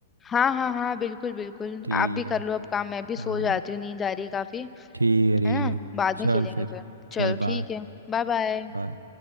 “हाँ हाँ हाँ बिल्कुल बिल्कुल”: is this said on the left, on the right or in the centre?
Left